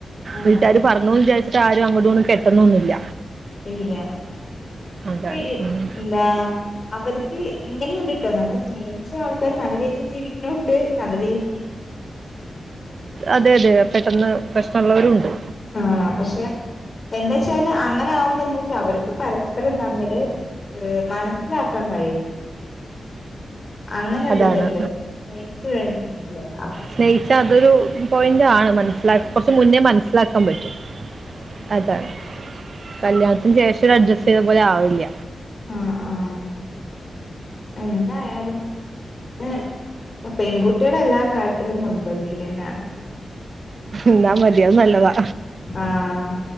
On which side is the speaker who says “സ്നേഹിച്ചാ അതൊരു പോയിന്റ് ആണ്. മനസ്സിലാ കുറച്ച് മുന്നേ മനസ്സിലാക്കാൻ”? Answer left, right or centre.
Right